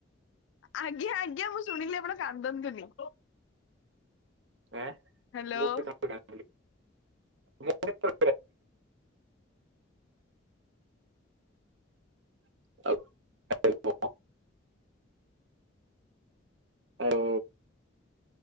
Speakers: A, on the left; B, on the right.
A: ଆଜ୍ଞା ଆଜ୍ଞା ମୁଁ ଶୁଣିଲି ଆପଣ କାନ୍ଦନ୍ତୁନି।
B: ଆଁ
A: ହ୍ୟାଲୋ।
B: <unintelligible> <inaudible> ଆଉ